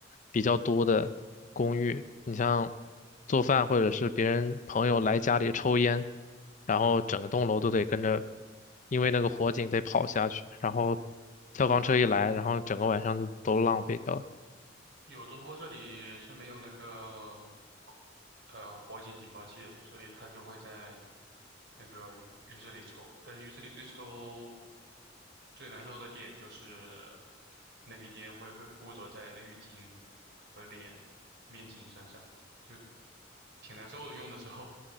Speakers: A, on the left; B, on the right.
A: 比较多的公寓，你像做饭或者是别人朋友来家里抽烟，然后整栋楼都得跟着，因为那个火警得跑下去，然后消防车一来，然后整个晚上就都浪费掉了。
B: 有的卧室里是没有那个呃火警警报器了所以它就会在那个浴浴室里抽。但浴室里最抽最难受的点就是那个烟味会附着在浴巾和脸面巾身上，就挺难受的。用的时候，